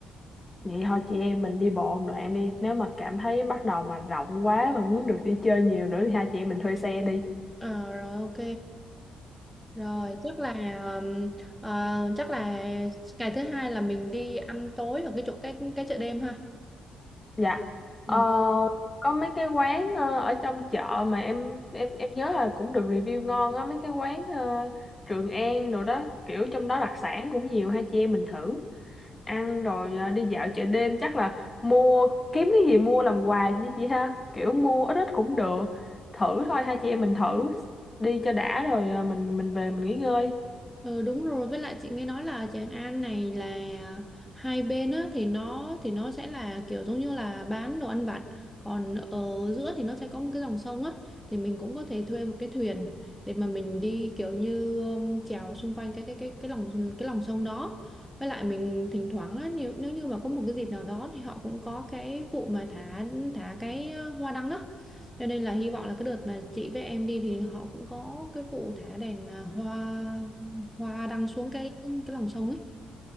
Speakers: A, on the left; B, in the centre.
A: Vậy thôi chị em mình đi bộ một đoạn đi. Nếu mà cảm thấy bắt đầu mà rộng quá mà muốn được đi chơi nhiều nữa thì hai chị em mình thuê xe đi.
B: Ờ, rồi ok Rồi chắc là um, ờ, chắc là ngày thứ hai là mình đi ăn tối ở cái chỗ cái cái chợ đêm ha.
A: Dạ.
B: Ừ.
A: Ờ, có mấy cái quán ờ, ở trong chợ mà em em em nhớ là cũng được review ngon á mấy cái quán ờ, Trường An rồi đó kiểu trong đó đặc sản cũng nhiều hai chị em mình thử ăn rồi ờ, đi dạo chợ đêm chắc là mua kiếm cái gì mua làm quà đi chị ha kiểu mua ít ít cũng được thử thôi hai chị em mình thử đi cho đã rồi ờ, mình mình về mình nghỉ ngơi
B: Ừ, đúng rồi với lại chị nghe nói là Tràng An này là à, hai bên á thì nó thì nó sẽ là kiểu giống như là bán đồ ăn vặt còn ở giữa thì nó sẽ có một cái dòng sông á thì mình cũng có thể thuê một cái thuyền để mà mình đi kiểu như um, chèo xung quanh cái cái cái cái lòng cái lòng sông đó với lại mình thỉnh thoảng á nếu, nếu như mà có một cái dịp nào đó thì họ cũng có cái vụ mà thả thả cái uh, hoa đăng á cho nên là hy vọng là cái đợt mà chị với em đi thì họ cũng có cái vụ thả đèn à, hoa hoa đăng xuống cái cái lòng sông ấy